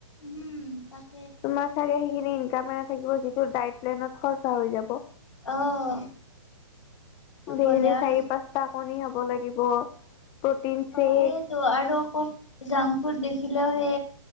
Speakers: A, on the left; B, on the left.
A: উম', তাক।
B: তোমাৰ চাগে সেইখিনি ইনকাম এ ন থাকিব যিটো ডাইট প্লেনত খৰচা হৈ যাব।
A: অ', খাবলে
B: ডেইলি
A: আৰু
B: চাৰি পাঁচটা। কণী খাব লাগিব। প্ৰটিন
A: অহ
B: চেক
A: ', সেইটো আৰু আকৌ জাং ফুুড দেখি। দেখিলেও সে